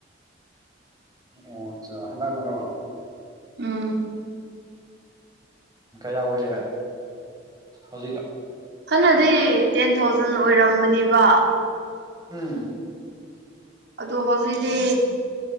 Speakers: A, on the right; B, on the right.
A: ꯑꯣ ꯑꯆꯥ ꯍꯟꯗꯛꯅꯔꯣ
B: ꯎꯝ
A: ꯀꯌꯥ ꯑꯣꯏꯔꯦ ꯍꯧꯖꯤꯛꯇ
B: ꯍꯥꯟꯅꯗꯤ ꯇꯦꯟ ꯊꯥꯎꯖꯟ ꯑꯣꯏꯔꯝꯕꯅꯦꯕ
A: ꯎꯝ
B: ꯑꯗꯣ ꯍꯧꯖꯤꯛꯇꯤ